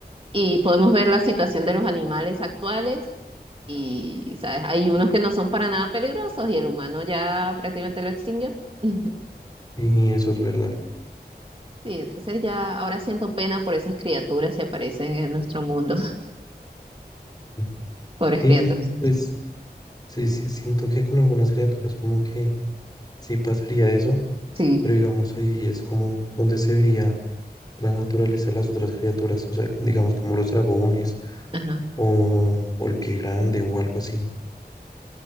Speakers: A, on the right; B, on the left.
A: y podemos ver la situación de los animales actuales y, ¿sabes? Hay unos que no son para nada peligrosos y el humano ya prácticamente lo extinguió. <laughs>
B: Y eso es verdad.
A: Sí, entonces ya ahora siento pena por esas criaturas que aparecen en nuestro mundo, <laughs>
B: Mm.
A: pobres
B: Sí,
A: criaturas.
B: pues sí, sí, siento que con algunas criaturas como que sí pasaría eso,
A: Sí,
B: pero digamos ahí es como donde se vería la naturaleza de las otras criaturas, o sea, digamos como los dragones
A: ajá,
B: o, o el pie grande o algo así.